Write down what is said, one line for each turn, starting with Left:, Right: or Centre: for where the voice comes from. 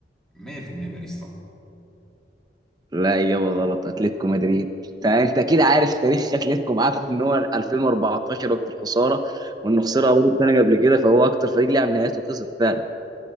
Centre: 100% باريس طبعا
Right: لا إجابة غلط أتلتيكو مدريد أنت أنت أكيد عارف تاريخ أتلتيكو معاكم إن هو 2014 وقت الخسارة وإنه خسرها برضه سنة قبل كده فهو أكتر فريق لعب نهائيات وخسر فعلا